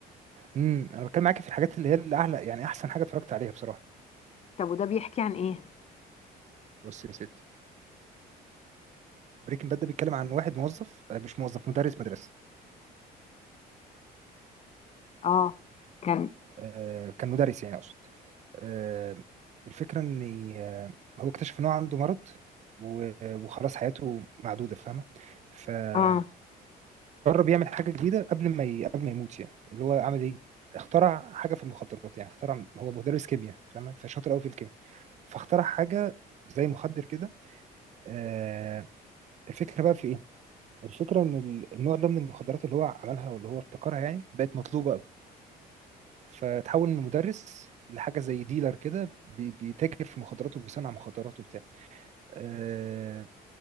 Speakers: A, on the right; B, on the left.
A: امم انا بتكلم معاك في الحاجات اللي هي الاعلى يعني احسن حاجه اتفرجت عليها بصراحه
B: طب وده بيحكي عن ايه
A: بص يا ستي بريكنج باد ده بيتكلم عن واحد موظف آه، مش موظف مدرس مدرسة
B: اه كان
A: آه، كان مدرس يعني أقصد آه، الفكرة إن آه، هو اكتشف إن هو عنده مرض و- وخلاص حياته معدودة فاهمة فجرب
B: اه
A: يعمل حاجة جديدة قبل ما ي... قبل ما يموت يعني اللي هو عمل إيه اخترع حاجة في المخدرات يعني اخترع هو مدرس كيمياء فاهمة فشاطر قوي في الكيمياء فاخترع حاجة زي مخدر كده آه، الفكرة بقى في إيه الفكرة إن ال- النوع ده من المخدرات اللي هو عملها واللي هو ابتكرها يعني بقت مطلوبة أوي، فتحول من مدرس لحاجة زي ديلر كده بي- بيتاجر في مخدرات وبيصنع مخدرات وبتاع آه،